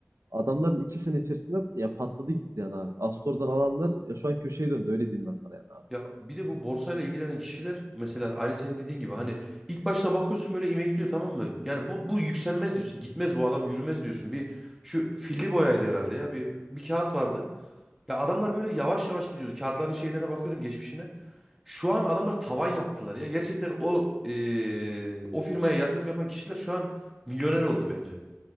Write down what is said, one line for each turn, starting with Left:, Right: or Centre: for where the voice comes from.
Right: Adamların 2 sene içerisinde ya patladı gitti yani abi. Astor'dan
Centre: Hı.
Right: alanlar ya şu an köşeye döndü öyle diyeyim ben sana yani abi.
Centre: Ya bir de bu borsayla ilgilenen kişiler mesela aynı senin dediğin gibi hani ilk başta bakıyorsun böyle imekliyor tamam mı? Yani bu bu yükselmez diyorsun. Gitmez bu adam yürümez diyorsun. Bir şu filli boyaydı herhalde ya bir bir kağıt vardı. Ya adamlar böyle yavaş yavaş gidiyordu. Kağıtların şeylerine bakıyordum geçmişine. Şu an adamlar tavan yaptılar ya. Gerçekten o eee, o firmaya yatırım yapan kişiler şu an milyoner oldu bence.